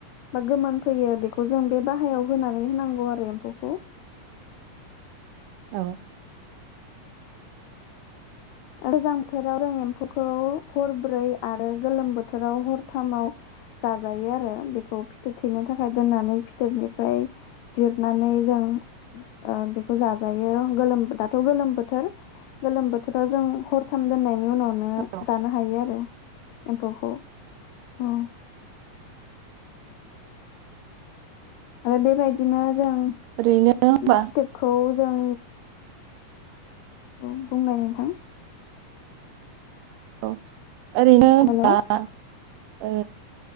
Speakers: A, on the left; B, on the right.
A: बा गोमोन फैयो बेखौ जों बे बाहायाव होनानै होनांगौ आरो एम्फौखौ
B: औ
A: गोजां बोथोराव जों एम्फौखौ हरब्रै आरो गोलोम बोथोराव हरथामाव जाजायो आरो बेखौ फिथोब थैनो थाखाय दोननानै फिथोबनिफ्राय जिरनानै जों ओ बेखौ जाजायो गोलोम दाथ' गोलोम बोथोर गोलोम बोथ थोराव जों हरथाम दोननाय नि उनावनो
B: औ
A: जानो हायो आरो एम्फौखौ उम आरो बेबायदिनो जों
B: ओरैनो होमबा
A: फिथोबखौ जों औ बुंनाय नोंथां
B: औ ओरैनो होनबा
A: हेलौ
B: ओ